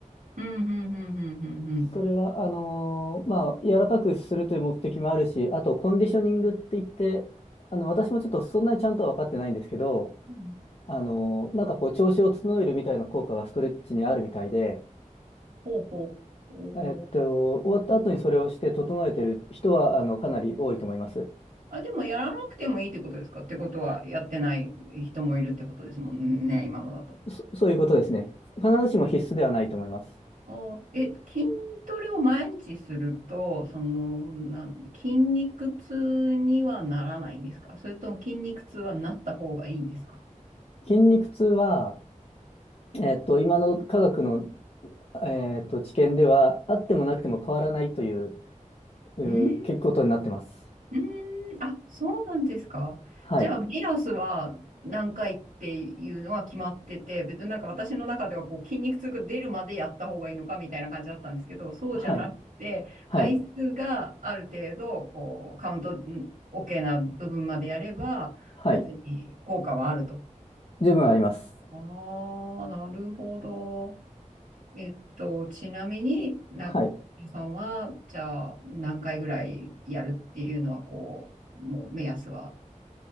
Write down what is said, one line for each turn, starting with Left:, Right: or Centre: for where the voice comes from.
Right: うん、うん、うん、うん、うん、うん。
Left: それは、あのーまあ、柔らかくするという目的もあるし、あと、コンディショニングって言って、あの、私もちょっとそんなにちゃんとは分かってないんですけど、
Right: うん
Left: あのーなんかこう、調子を整えるみたいな効果がストレッチにあるみたいで、
Right: ほうほう。お
Left: えっと、終わった後にそれをして整えてる人は、あの、かなり多いと思います。
Right: あ、でもやらなくてもいいってことですかってことは、やってない人もいるってことですもんね、今のだと。
Left: そ、そういうことですね。必ずしも必須ではないと思います。
Right: うん。お、え、筋トレを毎日すると、その、なん、筋肉痛にはならないんですかそれとも筋肉痛はなった方がいいんですか
Left: 筋肉痛は、えっと、今の科学の、えっと、知見では、あってもなくても変わらないという、うー、
Right: ん
Left: 結構ことになってます。
Right: うーん、あ、そうなんですか。
Left: はい。
Right: じゃあ、目安は何回っていうのは決まってて、別になんか私の中ではこう筋肉痛が出るまでやった方がいいのかみたいな感じだったんですけど、そうじゃなくて、
Left: はい。はい。
Right: 回数がある程度、こう、カウントん OK な部分までやれば、
Left: はい。
Right: 別に効果はあると。
Left: 十分あります。
Right: ああー、なるほど。えっと、ちなみに、な、
Left: はい。
Right: さんは、じゃあ、何回ぐらいやるっていうのは、こう、もう目安は